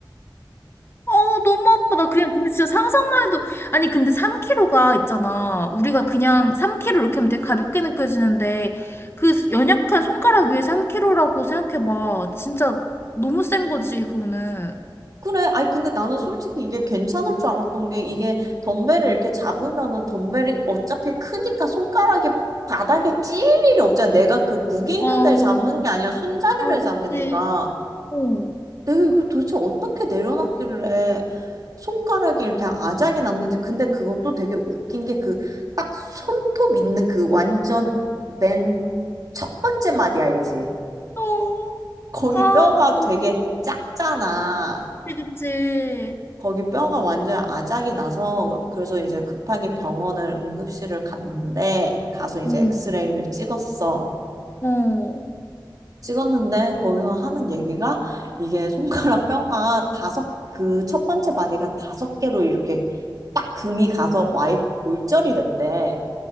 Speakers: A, on the left; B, on the right.
A: 어, 너무 아파. 나 그냥, 근데 진짜 상상만 해도, 아니, 근데 3kg가 있잖아. 우리가 그냥 3kg 이렇게 하면 되게 가볍게 느껴지는데, 그 연약한 손가락 위에 3kg라고 생각해봐. 진짜 너무 센 거지, 그거는.
B: 그래. 아니 근데 나는 솔직히 이게 괜찮을 줄 알았던 게 이게 덤벨을 이렇게 잡으면은 덤벨이 어차피 크니까 손가락에 바닥에 찔 일이 없잖아. 내가 그 무게 있는
A: 어,
B: 데를 잡는 게 아니라 손잡이를
A: 어, 그치.
B: 잡으니까.
A: 어.
B: 내가 이걸 도대체 어떻게 내려놨길래 손가락이 이렇게 아작이 났는지. 근데 그것도 되게 웃긴 게 그 딱 손톱 있는 그 완전 맨 첫 번째 마디 알지?
A: 어,
B: 거기
A: 아,
B: 뼈가
A: 너무
B: 되게 작잖아.
A: 그치, 그치.
B: 거기 뼈가 완전 아작이 나서 그래서 이제 급하게 병원을 응급실을 갔는데 가서 이제
A: 응
B: 엑스레이를 찍었어.
A: 어,
B: 찍었는데 거기서 하는 얘기가 이게 손가락 뼈가 다섯 그 첫 번째 마디가 다섯 개로 이렇게 딱 금이 가서 와의 골절이 됐대.